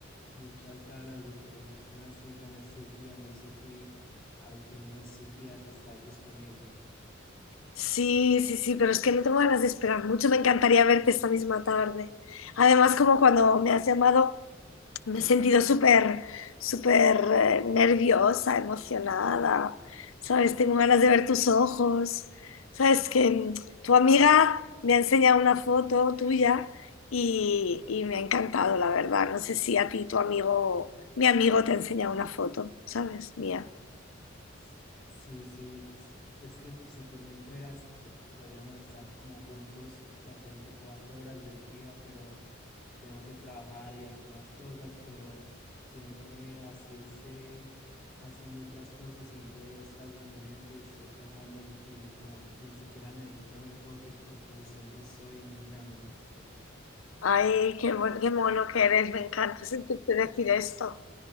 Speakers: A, in the centre; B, on the left.
A: muchas ganas de tener una cita en estos días. No sé si alguno de estos días estás disponible.
B: Sí, sí, sí, pero es que no tengo ganas de esperar mucho, me encantaría verte esta misma tarde. Además, como cuando me has llamado, Me he sentido súper, súper eh, nerviosa, emocionada, ¿sabes? Tengo ganas de ver tus ojos, ¿sabes? Que mm, tu amiga me ha enseñado una foto tuya y, y me ha encantado, la verdad. No sé si a ti tu amigo, mi amigo te ha enseñado una foto, ¿sabes? Mía.
A: S- Sí, sí, s- es que si por mí fueras, podríamos estar como juntos las 24 horas del día, pero tengo que trabajar y hacer más cosas, pero siempre así esté haciendo otras cosas, siempre estás en mi mente y estoy pensando en ti, como que ni siquiera necesito ver fotos porque siempre estoy imaginándote.
B: Ay, qué, buen- qué mono que eres, me encanta sentirte decir esto.